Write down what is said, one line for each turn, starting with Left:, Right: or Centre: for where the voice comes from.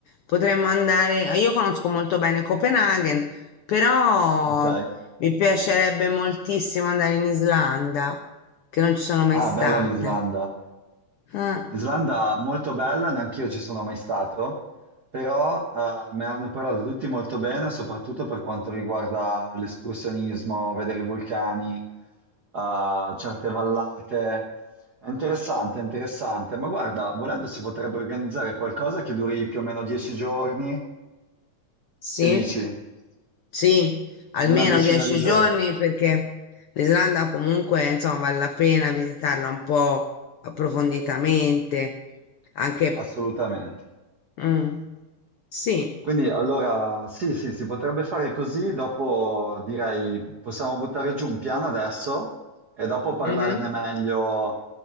Left: potremmo andare. Io conosco molto bene Copenaghen, però
Right: Ok.
Left: mi piacerebbe moltissimo andare in Islanda, che non ci sono mai
Right: Ah,
Left: state.
Right: bella l'Islanda.
Left: Ah,
Right: Islanda molto bella, neanch'io ci sono mai stato, però eh, me ne hanno parlato tutti molto bene, soprattutto per quanto riguarda l'escursionismo, vedere i vulcani, eh, certe vallate. È interessante, è interessante. Ma guarda, volendo si potrebbe organizzare qualcosa che duri più o meno dieci giorni.
Left: sì,
Right: Che dici?
Left: sì, almeno
Right: Una decina
Left: dieci
Right: di giorni.
Left: giorni perché l'Islanda comunque, insomma, vale la pena visitarla un po' approfonditamente, anche...
Right: Assolutamente.
Left: Mm, sì,
Right: Quindi allora sì, sì, si potrebbe fare così, dopo direi possiamo buttare giù un piano adesso e dopo parlarne
Left: mhm,
Right: meglio